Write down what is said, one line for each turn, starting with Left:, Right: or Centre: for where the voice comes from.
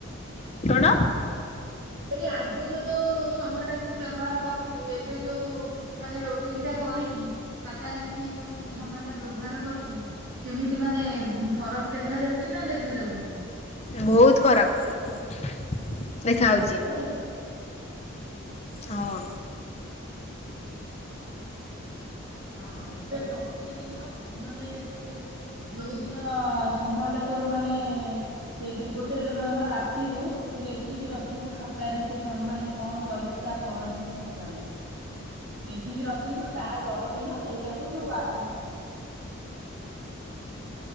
Left: କଣ
Right: ମୁଁ କହିଲି ଆଗରୁ ଯୋଉଁ ସମୟ ଟା ତୁ ବ୍ୟବହାର କରିୁଥିଲୁ ଏବେ ଯୋଉଁ ମାନେ ରୋଟିନ ଟା କରିକି ଖାତାରେ ଲେଖିକି ଯୋଉଁ ସମୟ ଟା ବ୍ୟବହାର କରୁଛୁ। କେମିତି ମାନେ ଫରକ ଦେଖାଯାଉଛି ନା ଦେଖାଯାଉନି?
Left: ବହୁତ ଫରକ।
Right: ବହୁତ
Left: ଦେଖାହଉଚ
Right: ଫରକ ଦେଖା ଯାଉଛି?
Left: ହଁ।
Right: ହଁ ଏବେ ପ୍ରତିଦିନ ମାନେ ତୁ ଯୋଉଁଦିନ ସମ ତୋର ମାନେ ସେଇ ଗୋଟେ ଧର ରାତିରୁ ତୁ ଲେଖିକି ରଖିବୁ ଖାତାରେ ସେ ମାନେ କଣ କରିବୁ ତା ପରଦିନ ସକାଳେ ଲେଖିକି ରଖିବୁ ତା ପରଦିନ ସେଇଟାକୁ ତୁ ଆରମ୍ଭ କରିବୁ।